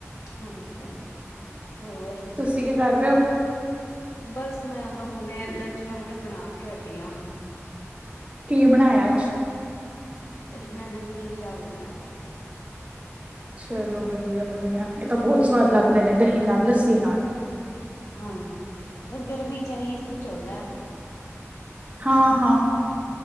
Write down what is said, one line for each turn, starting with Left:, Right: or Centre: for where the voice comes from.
Left: ਹਾਂਜੀ, ਹਾਂਜੀ ਹੋਰ।
Right: ਤੁਸੀਂ ਕੀ ਕਰ ਰਹੇ ਹੋ।
Left: ਬਸ ਮੈਂ ਤਾਂ ਹੁਣ ਲੰਚ ਮੈਂ ਹੁਣੇ ਬਣਾ ਕੇ ਹਟੀ ਆ।
Right: ਕੀ ਬਣਾਇਆ ਅੱਜ।
Left: ਅੱਜ ਮੈਂ ਨਮਕੀਨ ਚਾਵਲ ਬਣਾਏ ਨੇ ਆ।
Right: ਚਲੋ ਵਧੀਆ। ਵਧੀਆ ਵਧੀਆ ਇਹ ਤਾਂ ਬਹੁਤ
Left: ਹੂੰ,
Right: ਸਵਾਦ ਲੱਗਦੇ ਆ ਦਈ ਨਾ ਤੇ ਲੱਸੀ ਥੀ ਨਾਲ।
Left: ਹਾਂਜੀ ਬਸ ਗਰਮੀ ਚ' ਇਹੀ ਕੁੱਝ ਚੱਲਦਾ ਹੈ।
Right: ਹਾਂ ਹਾਂ